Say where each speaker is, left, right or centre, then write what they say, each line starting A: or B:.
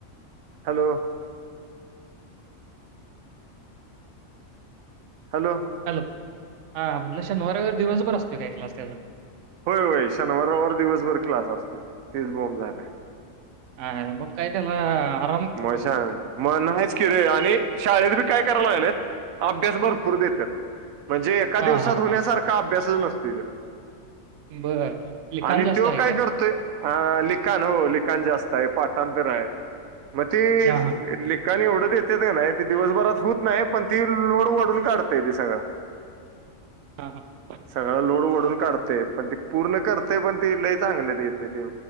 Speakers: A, on the right; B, on the right.
A: हॅलो. हॅलो.
B: हॅलो हा म्हटल शनिवार, रविवार दिवसभर असतो काय क्लास त्याजा
A: होय होय शनिवार, रविवार दिवसभर क्लास असतोय तिच बोंब झालय.
B: आय मग काय त्याला आप
A: मशांग मग नाहीच कि र आणि शाळेत बी काय करायला लागलेत अभ्यास भरपूर देतात म्हणजे एका
B: हा
A: दिवसात
B: हा
A: होण्यासारख.
B: हा
A: का अभ्यासच नसतो
B: बर लिखाण
A: आणि
B: जास्त
A: तो
B: आहे
A: काय करतोय. ह लिखाण हो लिखाण जास्त आहे पाटांतर आहे. मग त
B: हा हा
A: लखाणी एवढंच येत ना. दिवसभरात होत नाही पण ती लोड वढून काढतय ते सगळं.
B: हां हां ब.
A: सगळं लोड वढून काढते पण ती पूर्ण करतेय पण ती लई चांगली देते ते.